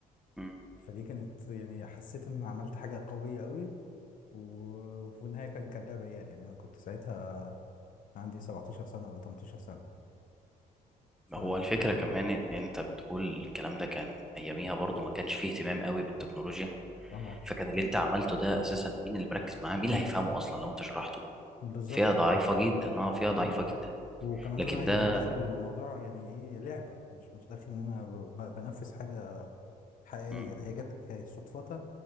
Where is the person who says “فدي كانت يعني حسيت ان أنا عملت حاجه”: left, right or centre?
Left